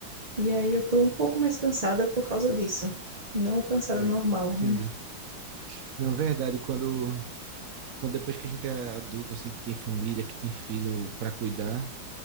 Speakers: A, on the right; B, on the right.
A: E aí eu tô um pouco mais cansada por causa disso. Não cansada
B: É,
A: normal,
B: entendi.
A: né?
B: Na verdade, quando, quando depois que a gente é adulto, assim, que tem família, que tem filho para cuidar,